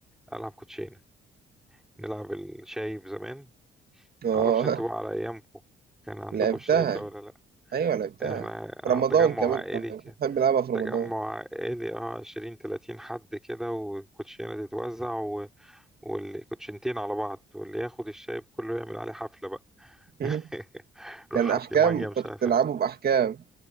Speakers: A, in the centre; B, on the right.
A: ألعب كوتشينة نلعب الشايب زمان
B: اه
A: معرفش انتوا بقى على أيامكم كان عندكم
B: لعبتها
A: الشايب ده ولا لأ
B: ايوه لعبتها
A: احنا
B: في
A: اه
B: رمضان
A: تجمع
B: كمان
A: عائلي
B: كنا
A: كده
B: بنحب نلعبها في
A: تجمع
B: رمضان
A: عائلي اه عشرين تلاتين حد كده والكوتشينة تتوزع و... والكوتشينتين على بعض واللي ياخد الشايب كله يعمل عليه حفلة بقى
B: <laughs>
A: <laughs>
B: كان
A: روح
B: احكام
A: حط لي مية مش
B: كنت
A: عارف
B: بتلعبه
A: ايه.
B: باحكام